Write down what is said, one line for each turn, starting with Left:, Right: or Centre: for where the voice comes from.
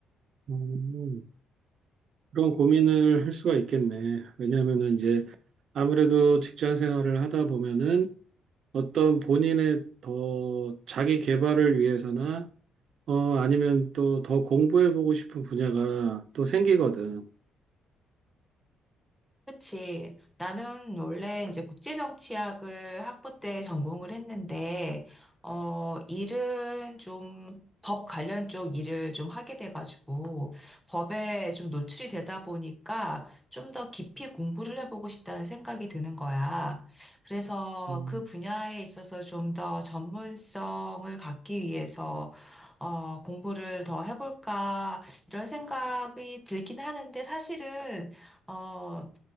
Right: 음, 그런 고민을 할 수가 있겠네. 왜냐하면은 이제 아무래도 직장 생활을 하다 보면은 어떤 본인의 더 자기 개발을 위해서나 어, 아니면 또 더 공부해보고 싶은 분야가 또 생기거든.
Centre: 그치. 나는 원래 이제 국제정치학을 학부 때 전공을 했는데, 어, 일은 좀 법 관련 쪽 일을 좀 하게 돼가지고, 법에 좀 노출이 되다 보니까 좀 더 깊이 공부를 해보고 싶다는 생각이 드는 거야. 그래서
Right: 음,
Centre: 그 분야에 있어서 좀 더 전문성을 갖기 위해서, 어, 공부를 더 해볼까, 이런 생각이 들긴 하는데, 사실은 어,